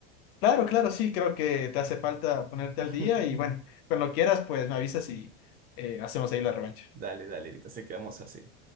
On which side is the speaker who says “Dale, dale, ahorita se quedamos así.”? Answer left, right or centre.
Right